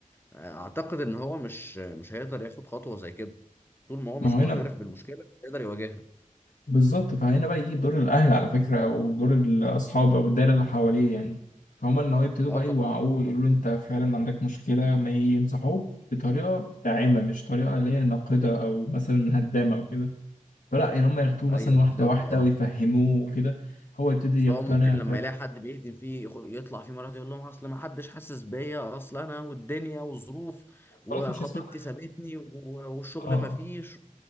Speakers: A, on the left (about 15°); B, on the left (about 85°).
A: اعتقد ان هو مش مش هيقدر ياخد خطوه زي كده طول ما هو مش
B: ما هو هنا
A: معترف بالمشكله مش هيقدر يواجهها
B: بالظبط فهنا بقى يجي دور الأهل على فكرة أو دور الأصحاب أو الدايرة اللي حواليه يعني فهم إن هو يبتدوا
A: اه
B: بقى
A: طبعا
B: يوعوه ويقولوا له أنت فعلا عندك مشكلة ما ينصحوه بطريقة داعمة مش طريقة اللي هي ناقدة أو مثلا هدامة أو كده فلا يعني هم ياخدوه
A: ايوه
B: مثلا واحدة
A: بالظبط
B: واحدة
A: اه
B: ويفهموه وكده هو يبتدي
A: اصل
B: يقتنع
A: هو ممكن لما
B: فيروح
A: يلاقي حد بيهدم فيه يخ- يطلع فيه مرات يقول لهم اصل ما حدش حاسس بيا اصل انا والدنيا والظروف وخطيبتي
B: خلاص مش هيسمع حاجة
A: سابتني و- والشغل
B: اه
A: ما فيش